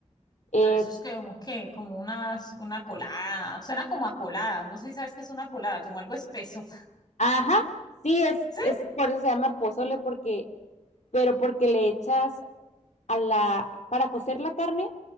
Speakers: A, on the left; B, on the left.
A: Es,
B: pero eso es como que, como unas, una colada, suena como a colada, no sé si sabes qué es una colada, como algo espeso,
A: ajá, sí, es,
B: <laughs> ¿sí?
A: es por eso se llama pozole, porque, pero porque le echas a la, para cocer la carne,